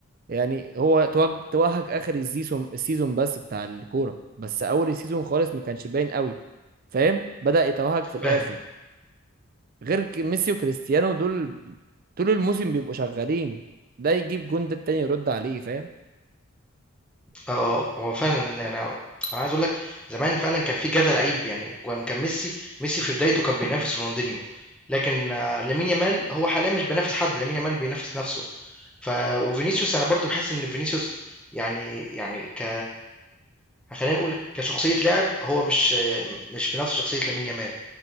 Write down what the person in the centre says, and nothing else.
فاهم.
آه، هو فعلًا أنا أنا عايز أقول لك زمان فعلًا كان في كذا لعيب يعني كان كان ميسي ميسي في بدايته كان بينافس رونالدينيو، لكن آه، لامين يامال هو حاليًا مش بينافس حد، لامين يامال بينافس نفسه. ف وفينيسيوس أنا برضه باحس إن فينيسيوس يعني يعني ك خلينا نقول كشخصية لاعب هو مش مش بنفس شخصية لامين يامال.